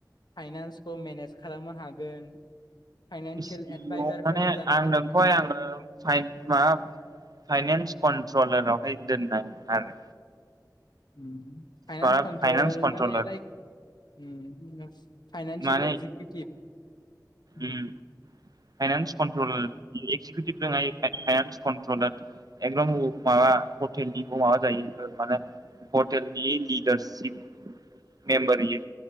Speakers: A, on the left (about 75°); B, on the right (about 60°).
A: फाइनान्सखौ मेनेज खालामनो हागोन। फाइनानसियेल
B: सि
A: एडभाइजारफोरबो
B: इ अ' माने
A: जानो
B: आं
A: हागोन
B: नोंखौहाय
A: नोंनि
B: आङो फाइन माबा फाइनेन्स कन्ट्रलारावहाय दोननाय आरो
A: उम फाइनान्स
B: माबा
A: कन्ट्रल
B: फाइनान्स कन्ट्रलार
A: माने लाइक उम <unintelligible> फाइनान्सियेल
B: माने
A: एक्जिकिउटिभ।
B: उम finance controller executive finance controller <unintelligible> माबा <unintelligible> माबा जायो माने हटेलनि लिडारसिप मेम्बार इयो